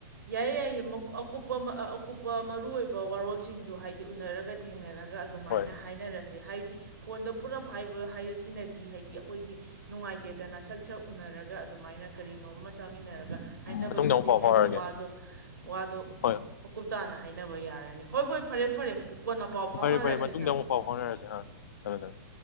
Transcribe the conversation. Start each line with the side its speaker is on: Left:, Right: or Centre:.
Right: ꯌꯥꯏ ꯌꯥꯏꯌꯦ ꯑꯀꯨꯞꯄ ꯑꯀꯨꯞꯄ ꯃꯔꯨꯑꯣ ꯑꯣꯏꯕ ꯋꯥꯔꯣꯜꯁꯤꯡꯗꯨ ꯍꯥꯏꯗꯤ ꯎꯅꯔꯒ ꯊꯦꯡꯅꯔꯒ ꯒ ꯑꯗꯨꯃꯥꯏꯅ
Left: ꯍꯣꯏ
Right: ꯍꯥꯏꯅꯔꯁꯦ ꯍꯥꯏꯗꯤ ꯐꯣꯟꯗ ꯄꯨꯂꯞ ꯍꯥꯏꯕ ꯍꯥꯏꯕꯁꯤꯅꯗꯤ ꯍꯥꯏꯗꯤ ꯑꯩꯈꯣꯏꯗꯤ ꯅꯨꯡꯉꯥꯏꯇꯦꯗꯅ ꯁꯛ ꯁꯛ ꯎꯅꯔꯒ ꯑꯗꯨꯃꯥꯏꯅ ꯀꯔꯤꯅꯣꯝꯃ ꯆꯥꯃꯤꯟꯅꯔꯒ ꯍꯥꯏꯅꯕꯗꯨꯗꯤ
Left: ꯃꯇꯨꯡꯗ ꯑꯃꯨꯛ ꯄꯥꯎ
Right: ꯍꯦꯟꯅ
Left: ꯐꯥꯎꯔꯛꯑꯒꯦ
Right: ꯋꯥ ꯑꯗꯨ ꯋꯥꯗꯣ
Left: ꯍꯣꯏ
Right: ꯃꯀꯨꯞ ꯇꯥꯅ ꯍꯥꯏꯅꯕ ꯌꯥ ꯔꯅꯤ ꯍꯣꯏ ꯍꯣꯏ ꯐꯔꯦ ꯐꯔꯦ ꯀꯣꯟꯅ ꯄꯥꯎ ꯐꯥꯎꯅꯔꯁꯤ
Left: ꯐꯔꯦ ꯐꯔꯦ ꯃꯇꯨꯡꯗ
Right: ꯊꯝꯃꯦ
Left: ꯑꯃꯨꯛ
Right: ꯊꯝꯃꯦ
Left: ꯄꯥꯎ ꯐꯥꯎꯅꯔꯁꯦ ꯑꯥ ꯊꯝꯃꯦ ꯊꯝꯃꯦ